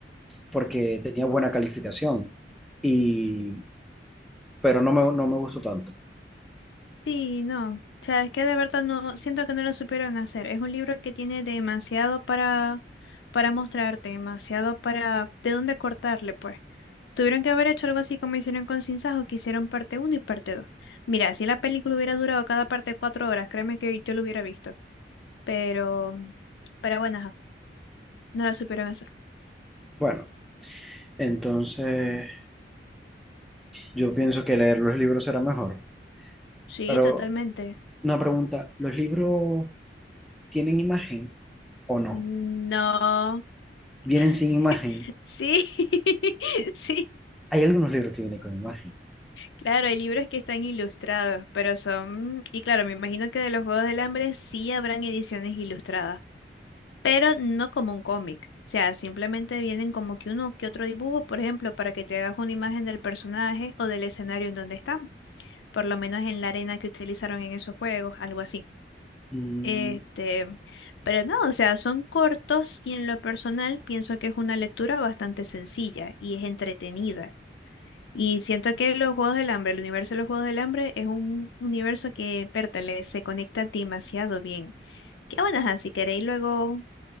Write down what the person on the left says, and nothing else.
Sí, no. O sea, es que de verdad no, siento que no lo supieron hacer. Es un libro que tiene demasiado para, para mostrarte, demasiado para, de dónde cortarle, pues. Tuvieron que haber hecho algo así como hicieron con Sin Sajo, que hicieron parte uno y parte 2. Mira, si la película hubiera durado cada parte cuatro horas, créeme que yo lo hubiera visto. Pero, pero bueno, ajá, no la supieron hacer.
Sí,
totalmente.
No.
<laughs>
Sí, <laughs> sí.
Claro, hay libros que están ilustrados, pero son, y claro, me imagino que de los Juegos del Hambre sí habrán ediciones ilustradas, pero no como un cómic. O sea, simplemente vienen como que uno que otro dibujo, por ejemplo, para que te hagas una imagen del personaje o del escenario en donde están, por lo menos en la arena que utilizaron en esos juegos, algo así.
Este, pero no, o sea, son cortos y en lo personal pienso que es una lectura bastante sencilla y es entretenida. Y siento que los Juegos del Hambre, el universo de los Juegos del Hambre es un universo que pertenece, se conecta demasiado bien. Que bueno, ajá, si queréis luego